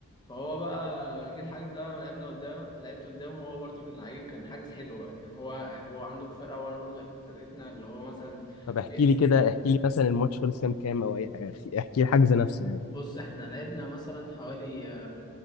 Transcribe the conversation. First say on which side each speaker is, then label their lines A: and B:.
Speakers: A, on the left; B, on the left.
A: فهو بقى جه الحجز ده لما لعبنا قدام لعبت قدامه هو برضه كان لعيب كان حجز حلو بقى يعني هو هو عنده فرقه وانا برضه احنا فرقتنا اللي هو مثلا
B: طب احكي
A: في
B: لي كده احكي لي مثلا الماتش خلص كام كام او اي حاجه احكي لي الحجز نفسه يعني
A: بص احنا لعبنا مثلا حوالي